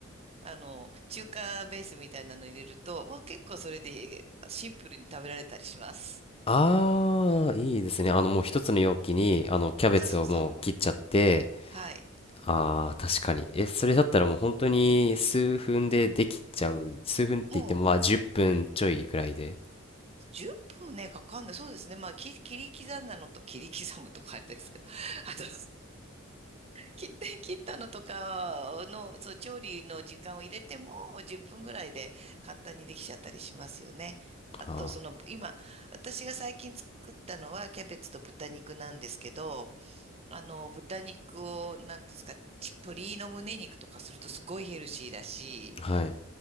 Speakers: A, on the right (about 30°); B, on the left (about 25°).
A: あの、中華ベースみたいなの入れると、もう結構それでシンプルに食べられたりします。
B: あー、いいですね。あのもう一つの容器に、あのキャベツをもう切っちゃって、
A: そうそうそう。はい。
B: ああ、確かに。え、それだったらもう本当に数分でできちゃう。数分って言ってもまあ10分ちょいぐらいで。
A: もう10分もね、かかんない。そうですね。まあ、き切り刻んだのと、切り刻むとかあれですけど、<laughs> あの、切って <laughs> 切ったのとかの、そう、調理の時間を入れても10分ぐらいで簡単にできちゃったりしますよね。あと、
B: あ
A: その、今、私が最近作ったのはキャベツと豚肉なんですけど、あの、豚肉を、なんていうんですか、ち鶏の胸肉とかするとすごいヘルシーだし、
B: あ、はい。